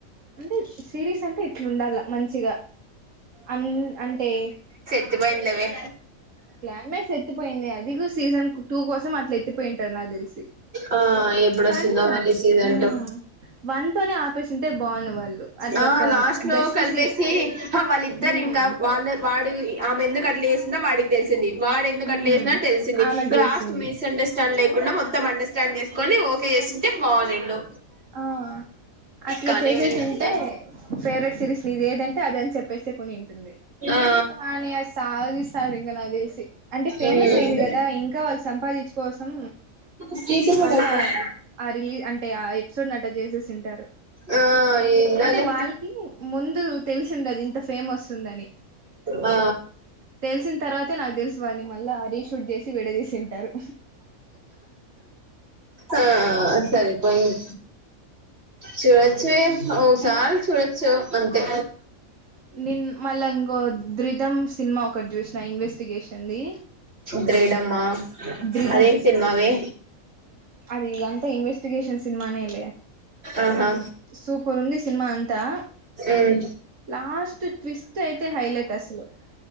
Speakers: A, on the right; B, on the right.
A: అంటే సిరీస్ అంటే ఇట్లా ఉండల్లా మంచిగా అన్ అంటే
B: ఎత్తిపోయింది లేవే
A: క్లైమేట్స్ ఎత్తిపోయింది అది కూడ సీజన్ టూ కోసం అట్లా ఎత్తిపోయింటాది నాకు తెలిసి
B: ఆ ఎప్పుడు
A: కానీ
B: వస్తుందో మళ్ళీ సీజన్
A: మ్మ్
B: టూ
A: వన్ తోనే ఆపేసింటే బాగున్న వాళ్ళు అట్లా
B: ఆ
A: ఒక
B: లాస్ట్ లో
A: బెస్ట్
B: కలిపేసి
A: సి
B: హ వాళ్ళిద్దరు
A: మ్మ్
B: ఇంగా వాళ్ళ వాడి ఆమె ఎందుకు అట్ల చేసిందో వాడికి తెలిసింది వాడ ఏ ఎందుకట్లా
A: మ్మ్
B: చేసిందో తెలిసింది
A: ఆమెకు
B: లాస్ట్
A: తెలిసింది
B: మిస్ అండర్స్టాండ్ లేకుండా మొత్తం అండర్స్టాండ్ చేసుకొని ఓ ఓకే చేసింటే బాగునిండు
A: ఆ అట్లా
B: కానీ
A: చేసేసింటే
B: వీళంతా
A: ఫేవరెట్ సిరీస్ నీది ఏదంటే అదని చెప్పేసే కొని ఉంటుంది
B: ఆ
A: కానీ అ సాగధిస్తాడు ఇంగా నాకు తెలిసి అంటే ఫేమస్
B: ఉమ్
A: అయింది గదా ఇంకా వాళ్ళు సంపాదించు కోసం
B: స్పీకర్ మీద
A: మళ్ళా
B: అయిపోయింది
A: ఆ రిలీజ్ అంటే ఆ ఎపిసోడ్ అట్ట చేసేసింటారు
B: ఆ ఏందోలే
A: అంటే వాళ్ళకి ముందు తెలిసిండది ఇంత ఫేమ్ వస్తుందని
B: ఆ
A: తెలిసిన తర్వాతే నాకు తెలిసి వాళ్ళు మళ్ళా రీషూట్ చేసి విడదీసింటారు
B: ఆ సరీపోయిన్ చూడచ్చవే ఓ సారి చూడొచ్చు అంతే
A: నేను మళ్ళా ఇంగొ ధృధమ్ సినిమా ఒకటి చూసిన ఇన్వెస్టిగేషన్ది
B: ద్రీడమ్మా
A: ద్రిధం
B: అదేం సినిమవే
A: అది అంత ఇన్వెస్టిగేషన్ సినిమా నేలే
B: ఆహా
A: సూపర్ ఉంది సినిమా అంతా
B: ఉమ్
A: లాస్ట్ ట్విస్ట్ అయితే హైలైట్ అసలు